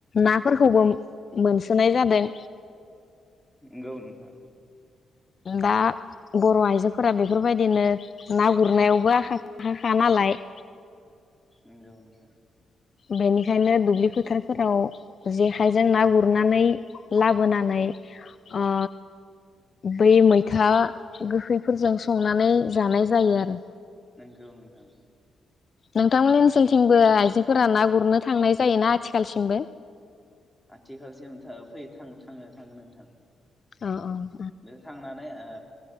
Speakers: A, on the left; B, in the centre.
A: नाफोरखौबो मोनसोनाय जादों
B: नंगौ नोंथां।
A: दा बर' आइजोफोरा बेफोरबायदिनो ना गुरनायावबो आखाफाखा नालाय
B: नंगौ नोंथां
A: बेनिखायनो दुब्लि फोथारफोराव जेखायजों ना गुरनानै लाबोनानै ओ बै मैथा गोखैफोरजों संनानै जानाय जायो आरो
B: नंगौ नोंथां
A: नोंथांमोननि ओनसोलथिंबो आइजोफोरा ना गुरनो थांनाय जायोना आथिखालसिमबो
B: आथिखालसिम था फै थाङो थाङो नोंथां
A: अ औ
B: बेयाव थांनानै ओ